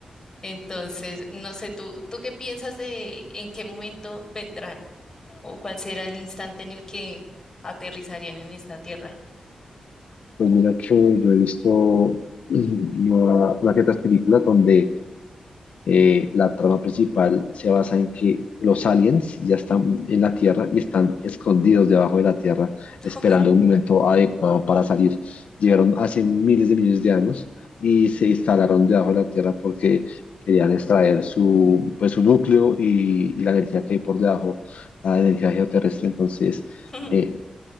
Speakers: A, on the left; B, on the left.
A: Entonces, no sé, ¿tú, tú qué piensas de en qué momento vendrán? ¿O cuál será el instante en el que aterrizarían en esta Tierra?
B: Pues mira que yo he visto <clears throat> mm, una, una que otras películas donde eh, la trama principal se basa en que los aliens ya están en la Tierra y están escondidos debajo de la Tierra,
A: <laughs>
B: esperando
A: Uy.
B: un momento adecuado para salir. Llegaron hace miles de millones de años y se instalaron debajo de la Tierra porque querían extraer su, pues, su núcleo y, y la energía que hay por debajo, la energía geoterrestre. Entonces,
A: Ujú,
B: eh,